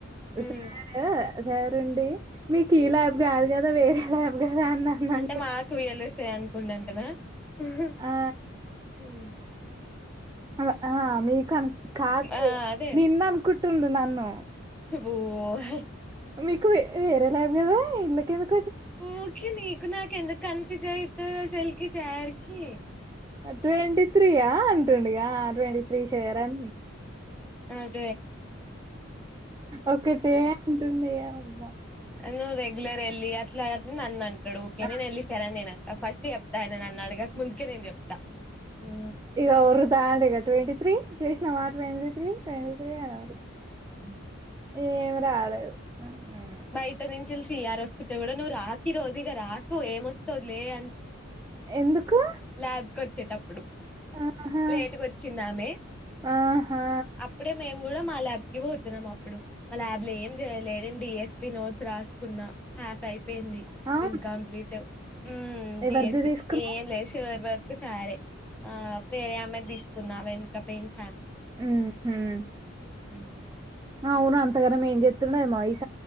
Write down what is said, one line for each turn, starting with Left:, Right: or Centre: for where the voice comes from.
Centre: ఉమ్
Right: సార్ సరండి మీకు ఈ ల్యాబ్ కాదు కదా వేరే ల్యాబ్ కదా అని అన్నాడు
Centre: అంటే మా కూయ్యలీస్ స్తే అనుకుండు అంటనా హు
Right: ఆ ఆ ఆ మీ కన్ కాదు
Centre: ఆ
Right: లే
Centre: అదే
Right: నిన్న అన్కుట్ టుండు నన్ను
Centre: ఓహ
Right: మీకు వేరే ల్యాబ్ కదా ఇంల్ల ఏవార్
Centre: ఓకే నీకు నాకు ఎందుకు కన్ఫ్యూజ్ అయితది ఆసలికి సార్కి
Right: ట్వంటీ త్రీయా అంటుండిగా అటువంటి త్ర్రిషేయరం
Centre: హ్
Right: ఒకటె అంటుంది అవ్వ
Centre: నువ్వు రెగ్యులర్ ఎల్లి అట్లా నన్నం టడు యుకె
Right: ఆ
Centre: నేనేల్లి సరే అని నేనంట ఫస్ట్ చెప్తా నన్ను అడగక ముందే నెన్ చెప్తా హు
Right: ఇగ ఒర్రుతాండు ఇగ ట్వంటీ త్రీ చేసినవా ట్వంటీ త్రీ ట్వంటీ త్రీ అన్
Centre: మ్మ్
Right: ఎం రాలేవు మ్మ్
Centre: బయట నించిల్ సియర్ వస్తుంటే కూడా నువ్వు రాఖీ రోజు ఇక రాకు ఏమొస్తవు లే అని
Right: ఎందుకు
Centre: ల్యాబ్కి వచేయ్ అప్పుడు
Right: ఆహా
Centre: లేటుగా వచ్చిందామె
Right: ఆహా
Centre: అప్పుడే మేము కూడా మాలాడ్కి పోతున్నామ్ అప్పు ఇప్పుడు మా ల్యాబ్ లో ఏం చేయలేదు. రెండు ఎస్ పి నోట్ రాస్కున్నా హ్యాఫ్ అయ్ పేయింది
Right: అవునా
Centre: ఇంకంప్లీట్ హ్మ్
Right: ఎవరిది
Centre: డిఎస్టి
Right: తీసుకున్నావ్
Centre: ఏం లేదు షూర్ వర్క్ ఒకసారే ఆ వేరే ఆమ్మెద్ తీసుకున్నా వెనక పెన్సి
Right: మ్మ్ హ్మ్
Centre: మ్మ్
Right: అవును అంతగానా ఏమి చెప్తుండేమో ఈసార్